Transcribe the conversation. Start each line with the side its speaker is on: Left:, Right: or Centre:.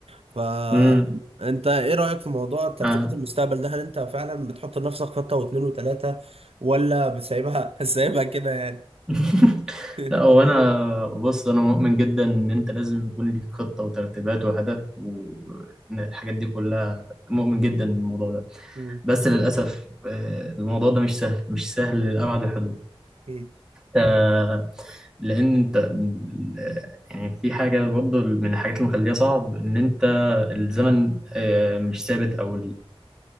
Right: فانت
Centre: امم
Right: ايه رأيك في موضوع ترتيبات
Centre: آه.
Right: المستقبل ده هل انت فعلا بتحط لنفسك خطة واثنين وثلاثة ولا بتسيبها <laughs> سايبها كده يعني
Centre: <laughs>
Right: <laughs>
Centre: لا هو انا بص انا مؤمن جدا ان انت لازم يكون ليك خطه وترتيبات وهدف والحاجات دي كلها مؤمن جدا بالموضوع ده
Right: مم.
Centre: بس للاسف آه، الموضوع ده مش سهل مش سهل لابعد الحدود
Right: أكيد.
Centre: آه، لان انت ال- يعني في حاجه برضه من الحاجات اللي مخليها صعب ان انت الزمن آه، مش ثابت او